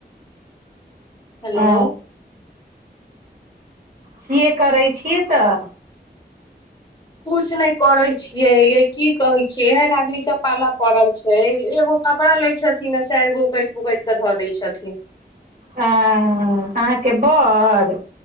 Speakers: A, on the left; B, on the right.
A: हेलो
B: अ सीए करै छिय तऽ
A: कुछ नहि करै छियै ये की कहै छियै एहन आदमी सँ पाला पड़ल छै एगो कपड़ा लै छथिन आ चारि गो उकटि पकटि के धऽ दै छथिन
B: ह अहाँके बड़